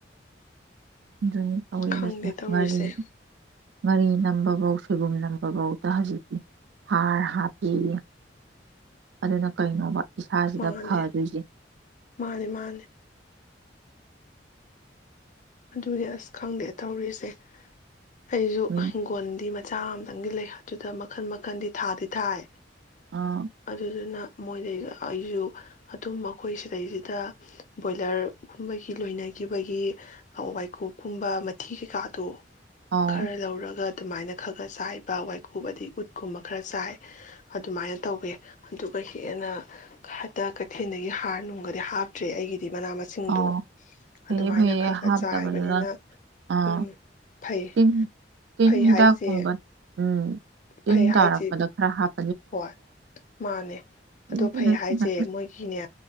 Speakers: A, on the right; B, on the left.
A: ꯑꯗꯨ ꯇꯧꯔꯤꯕꯁꯦ
B: ꯈꯪꯗꯦ ꯇꯧꯔꯤꯁꯦ
A: ꯉꯥꯔꯤ ꯉꯥꯔꯤ ꯅꯝꯕꯐꯧꯁꯨ ꯁꯣꯏꯕꯨꯝ ꯂꯝꯕꯐꯧꯗ ꯍꯧꯖꯤꯛꯇꯤ ꯍꯥꯔ ꯍꯥꯞꯄꯤꯌꯦ ꯑꯗꯨꯅ ꯀꯩꯅꯣꯕ ꯏꯁꯥꯁꯤꯗ
B: ꯃꯥꯅꯤ
A: ꯐꯗꯣꯏꯁꯦ
B: ꯃꯥꯅꯤ ꯃꯥꯅꯤ ꯑꯗꯨꯅꯦ ꯑꯁ ꯈꯪꯗꯦ ꯇꯧꯔꯤꯁꯦ ꯑꯩꯁꯨ
A: ꯃꯤ
B: ꯍꯪꯒꯣꯜꯗꯤ ꯃꯆꯥ ꯑꯃꯝ ꯈꯤꯇꯪꯒꯤ ꯂꯩꯍ ꯑꯗꯨꯨꯗ ꯃꯈꯜ ꯃꯈꯟꯗꯤ ꯊꯥꯗꯤ ꯊꯥꯏ
A: ꯑꯥ
B: ꯑꯗꯨꯗꯨꯅ ꯃꯣꯏꯗꯩ ꯑꯩꯁꯨ ꯑꯗꯨꯝ ꯑꯩꯣꯏ ꯁꯤꯗꯩꯁꯤꯗ ꯕꯣꯏꯂꯔꯒꯨꯝꯕꯒꯤ ꯂꯣꯏꯅꯈꯤꯕꯒꯤ ꯋꯥꯏꯀꯨꯞ ꯀꯨꯝꯕ ꯃꯊꯤ ꯀꯩꯀꯥꯗꯣ
A: ꯑꯥꯎ
B: ꯈꯔ ꯂꯧꯔꯒ ꯑꯗꯨꯃꯥꯏꯅ ꯈꯔ ꯈꯔ ꯆꯥꯏꯕ ꯋꯥꯏꯀꯨꯞ ꯑꯗꯩ ꯎꯠꯀꯨꯝꯕ ꯈꯔ ꯆꯥꯏ ꯑꯗꯨꯃꯥꯏꯅ ꯇꯧꯋꯦ ꯑꯗꯨꯒ ꯍꯦꯟꯅ ꯍꯛꯇ ꯀꯩꯊꯦꯜꯗꯒꯤ ꯍꯥꯔ ꯅꯨꯡꯒꯗꯤ ꯍꯥꯞꯇ꯭ꯔꯦ ꯑꯩꯒꯤꯗꯤ ꯃꯅꯥ ꯃꯁꯤꯡꯗꯣ
A: ꯑꯥꯎ ꯐꯩꯌꯦ
B: ꯑꯗꯨꯃꯥꯏꯅ
A: ꯐꯩꯌꯦ
B: ꯈꯔꯒꯠ
A: ꯍꯥꯞꯇꯕꯗꯨꯅ
B: ꯄꯥꯏꯕꯅꯤꯅ
A: ꯑꯥ
B: ꯎꯝ ꯐꯩ
A: ꯇꯤꯟ ꯇꯤꯟ
B: ꯐꯩ
A: ꯍꯤꯗꯥꯛꯀꯨꯝꯕ
B: ꯍꯥꯏꯁꯦ
A: ꯎꯝ ꯇꯤꯟ
B: ꯐꯩ
A: ꯇꯥꯔꯛꯄꯗ
B: ꯍꯥꯏꯁꯦ
A: ꯈꯔ ꯍꯥꯞ
B: ꯍꯣꯏ ꯃꯥꯅꯦ
A: ꯑꯗꯨ
B: ꯑꯗꯣ ꯐꯩ
A: ꯅꯠꯇꯅ
B: ꯍꯥꯏꯁꯦ ꯃꯣꯏꯒꯤꯅꯦ